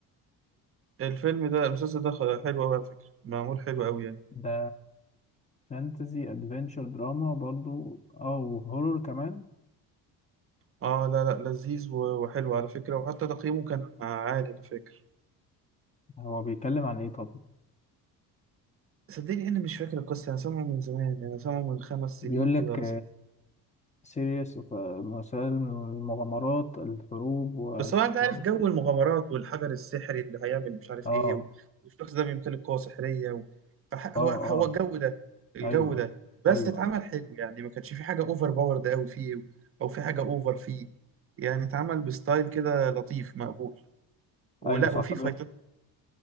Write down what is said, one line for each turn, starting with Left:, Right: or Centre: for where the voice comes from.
Right: الفيلم ده المسلسل ده خ- حلو أوي على فكرة معمول حلو أوي يعني
Left: ده فانتزي ادفنتشر دراما برضو او هورور كمان
Right: اه لا لا لذيذ و- وحلو على فكرة وحتى تقييمه كان عالي أنا فاكر
Left: هو بيتكلم عن ايه طب
Right: صدقني أنا مش فاكر القصة أنا سامعه من زمان أنا سامعه من خمس
Left: بيقول
Right: سنين كده
Left: لك
Right: ولا ست
Left: سيريس مسائل المغامرات الحروب والشر
Right: بس هو أنت عارف جو المغامرات والحجر السحري اللي هيعمل مش عارف
Left: اه
Right: إيه و- والشخص ده بيمتلك قوة سحرية و... فح-
Left: اه
Right: هو
Left: اه
Right: هو الجو ده الجو
Left: ايوه
Right: ده بس
Left: ايوه
Right: اتعمل حلو يعني ما كانش في حاجة أوفر باورد أوي فيه أو في حاجة أوفر فيه يعني اتعمل بستايل كده لطيف مقبول ولا
Left: ايوه صح
Right: وفي فايتات